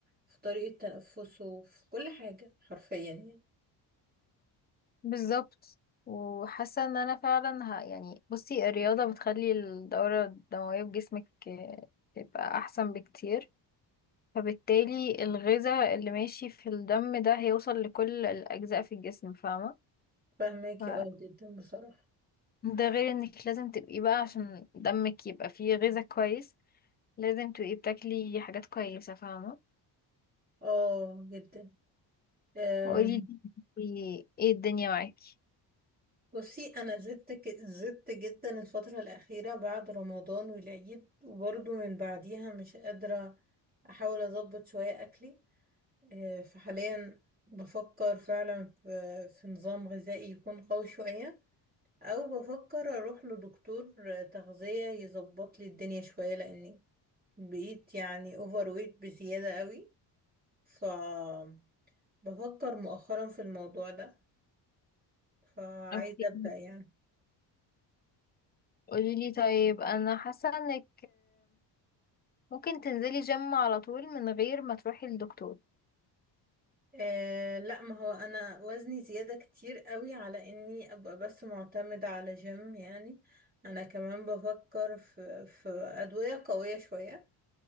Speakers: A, on the right; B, on the left.
A: في طريقة تنفسه في كل حاجة حرفيا يعني
B: بالظبط وحاسه ان انا فعلا ه... يعني بصي الرياضه بتخلي الدوره الدمويه في جسمك آه، تبقى احسن بكتير فبالتالي الغذاء اللي ماشي في الدم ده هيوصل لكل الاجزاء في الجسم فاهمه
A: فاهماكي
B: ف-
A: اه جدا بصراحة
B: ده غير انك لازم تبقي بقى عشان دمك يبقى فيه غذاء كويس لازم تبقي بتاكلي حاجات كويسه فاهمه
A: اه جدا أم،
B: وقولي لي ايه الدنيا معاكي
A: بصي انا زدت ك- زدت جدا الفترة الأخيرة بعد رمضان والعيد وبرضه من بعديها مش قادرة احاول اظبط شوية اكلي آه، فحاليا بفكر فعلا في في نظام غذائي يكون قوي شوية أو بفكر أروح لدكتور آه، تغذية يظبط لي الدنيا شوية لأني بقيت يعني أوفر ويت بزيادة قوي فبفكر مؤخرا في الموضوع ده فعايزة
B: اوكي
A: أبدأ يعني
B: قولي لي طيب انا حاسه انك ممكن تنزلي جيم على طول من غير ما تروحي للدكتور
A: آه لا ما هو أنا وزني زيادة كتير قوي على إني أبقى بس معتمدة على جيم يعني أنا كمان بفكر في في أدوية قوية شوية